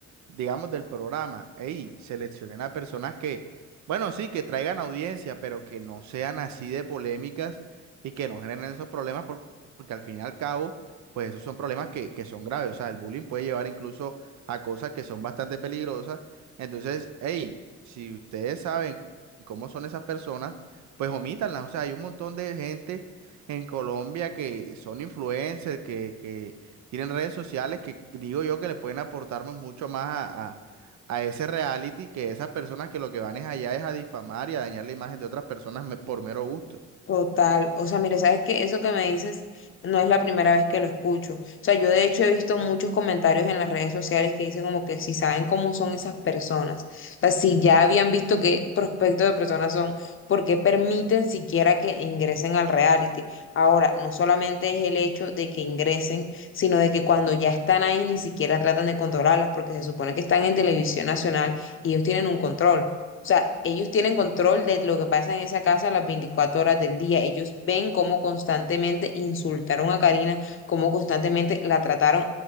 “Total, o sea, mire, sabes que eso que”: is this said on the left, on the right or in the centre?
Left